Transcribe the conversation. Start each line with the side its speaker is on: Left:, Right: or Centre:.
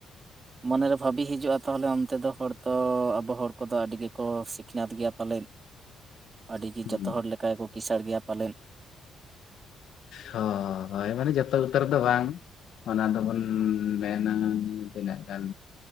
Right: ᱢᱚᱱᱮᱨᱮ ᱵᱷᱟᱵᱤ ᱦᱤᱡᱩᱜ-ᱟ ᱛᱟᱦᱚᱞᱮ ᱚᱱᱛᱮ ᱫᱚ ᱦᱚᱲ ᱛᱚ ᱟᱵᱚ ᱦᱚᱲ ᱠᱚᱫᱚ ᱟᱹᱰᱤ ᱜᱮ ᱠᱚ ᱥᱤᱠᱷᱱᱟᱹᱛ ᱜᱮᱭᱟ ᱯᱟᱞᱮᱜ ᱟᱹᱰᱤᱜᱤ
Left: ᱦᱩᱸ
Right: ᱡᱚᱛᱚ ᱦᱚᱲ ᱞᱮᱠᱟ ᱜᱮᱠᱚ ᱠᱤᱥᱟᱹᱬ ᱜᱮᱭᱟ ᱯᱟᱞᱮᱱ?
Left: ᱦᱚ ᱦᱳᱭ ᱢᱟᱱᱮ ᱡᱚᱛᱚ ᱩᱛᱟᱹᱨ ᱫᱚ ᱵᱟᱝ᱾ ᱚᱱᱟ ᱫᱚᱵᱚᱱ ᱢᱮᱱᱟ ᱛᱤᱱᱟᱹᱜ ᱜᱟᱱ?